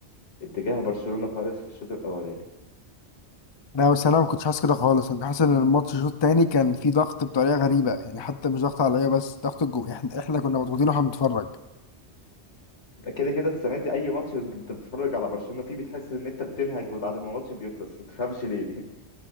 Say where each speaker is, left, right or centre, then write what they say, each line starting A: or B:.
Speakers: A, on the left; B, on the left.
A: اتجاه برشلونه خالص في الشوط الاولاني
B: لا بس انا ما كنتش حاسس كده خالص انا كنت حاسس ان الماتش الشوط التاني كان فيه ضغط بطريقه غريبه يعني حتى مش ضغط عليا بس ضغط الجو احنا <laughs> احنا كنا مضغوطين واحنا بنتفرج
A: كده كده السنه دي اي ماتش انت بتتفرج على برشلونه فيه بتحس ان انت بتنهج بعد ما الماتش بيخلص ما تفهمش ليه